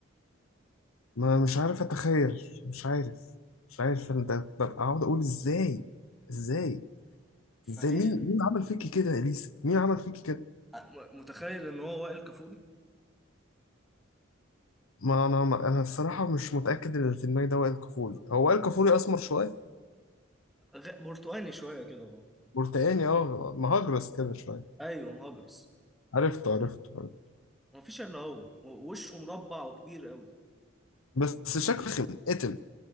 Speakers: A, on the left (about 85°); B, in the centre.
A: ما مش عارف اتخيل مش عارف مش عارف انا ده ببقى اقعد اقول ازاي ازاي
B: فهي
A: ازاي مين مين عمل فيكي كده يا اليسا مين عمل فيكي كده
B: م- متخيل إن هو وائل كفوري
A: ما انا ما انا الصراحه مش متاكد ان اللي في دماغي ده وائل كفوري هو وائل كفوري اسمر شويه
B: غ- برتقاني شويه كده اه
A: برتقاني اه مهجرس كده شويه
B: ايوه مهاجرس
A: عرفته عرفته عرفته.
B: ما فيش الا هو و- وشه مربع وكبير قوي
A: بس شكله خم اتم